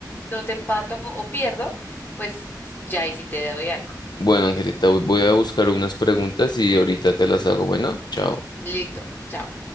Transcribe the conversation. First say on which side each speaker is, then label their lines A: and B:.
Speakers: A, on the left; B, on the left.
A: no te empato o pierdo, pues ya ahí sí te doy algo.
B: Bueno, Angelita, voy voy a buscar unas preguntas y ahorita te las hago. Bueno, chao.
A: Listo, chao.